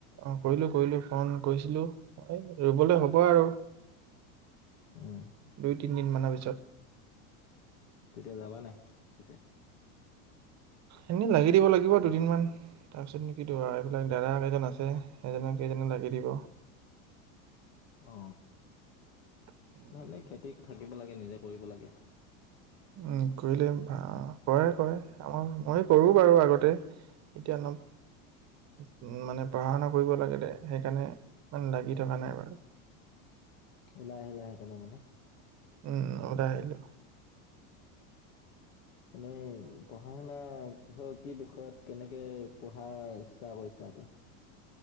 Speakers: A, on the right (about 40°); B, on the left (about 85°).
A: অ' কৰিলো, কৰিলো ফোন কৰিছিলো এই ৰুবলৈ হ'ব আৰু। দুই,
B: উম,
A: তিনিদিনমানৰ পিছত।
B: তেতিয়া যাবা নাই পিছে।
A: এনে লাগি দিব লাগিব দুদিনমান। তাৰপিছতু কি এইবিলাক দৰা কেইজন আছে। এজনক কেইজনে লাগি দিব।
B: অ'
A: দিব।
B: ভালে খেতি থাকে। থাকিব লাগে নিজে কৰিব লাগে।
A: উ কৰিলে ভাল কৰে-কৰে আমাৰ মই কৰো বাৰু আগতে এতিয়া অলপ উ মানে পঢ়া-শুনা কৰিব লাগিলে সেইকাৰণে মান লাগি থকা নাই বাৰু।
B: ওলালে লাহে কাৰণে মানে।
A: উম আহিলো।
B: এনেই পঢ়া-শুনা কিহৰ কি বিষয়ত কেনেকে ত পঢ়াৰ ইচ্ছা কৰিছা এতিয়া।